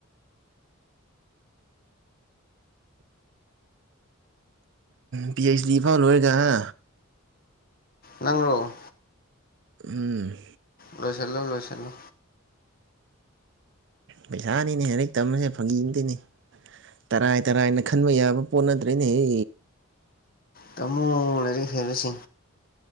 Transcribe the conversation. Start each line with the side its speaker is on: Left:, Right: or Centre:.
Right: ꯄꯍꯩꯁ ꯂꯤꯐꯥ ꯂꯣꯑꯣꯏꯒ ꯍꯥ
Left: ꯅꯪꯔꯣ
Right: ꯎꯝ
Left: ꯂꯣꯏꯁꯤꯂꯣ ꯂꯣꯏꯁꯤꯂꯣ
Right: ꯄꯩꯁꯥꯅꯤꯅꯦ ꯂꯥꯏꯔꯤꯛ ꯇꯝꯃꯁꯦ ꯐꯪꯈꯤꯗꯣꯏꯅꯦ ꯇꯔꯥꯏ ꯇꯔꯥꯏꯅ ꯈꯟꯕ ꯌꯥꯕ ꯄꯣꯠ ꯅꯠꯇ꯭ꯔꯦꯅꯦ ꯍ
Left: ꯇꯃꯣ ꯂꯩꯔꯤ ꯍꯦꯔꯁꯤ